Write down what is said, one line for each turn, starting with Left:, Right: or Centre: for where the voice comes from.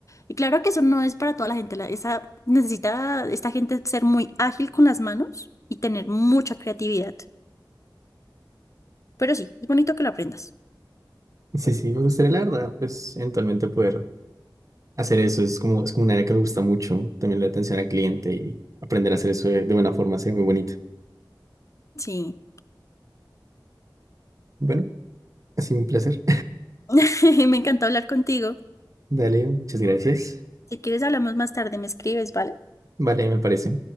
Left: Y claro que eso no es para toda la gente. la- esa, necesita esta gente ser muy ágil con las manos y tener mucha creatividad. Pero sí, es bonito que lo aprendas.
Right: Sí, sí, me gustaría la verdad, pues eventualmente poder hacer eso, es como, es como un área que me gusta mucho, también la atención al cliente y aprender a hacer eso de, de buena forma, sería muy bonito.
Left: Sí.
Right: Bueno, ha sido un placer.
Left: <laughs> Me encantó hablar contigo.
Right: <laughs> Dale, muchas gracias.
Left: Si quieres, hablamos más tarde. Me escribes, ¿vale?
Right: Vale, me parece.